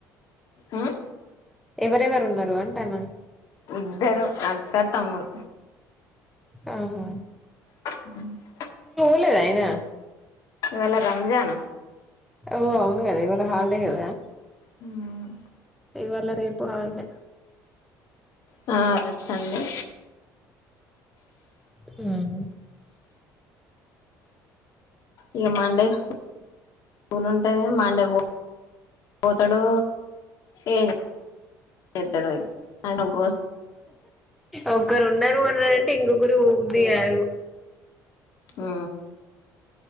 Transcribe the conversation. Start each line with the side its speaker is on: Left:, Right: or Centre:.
Left: ఉమ్
Centre: ఎవరెవరున్నారు అంటాన్నా
Left: ఇద్దరు అక్క తమ్ముడు
Centre: ఆహా
Left: అ <inaudible>
Centre: ట్లేదైనా
Left: ఇవాళ రంజాన్
Centre: ఓ అవును కదా ఇవాళ హాలిడే కదా
Left: హ్మ్మ్
Centre: ఇవాళ రేపు హాలిడే
Left: హా రేపు సండే
Centre: హమ్
Left: ఇక మండే స్కూల్ ఉంటది మండే పోతాడు ఏం చేస్తాడో ఆయప్ప
Centre: ఒక్కరున్నారు ఎవరు ఓ బుద్ధిగాడు
Left: ఆ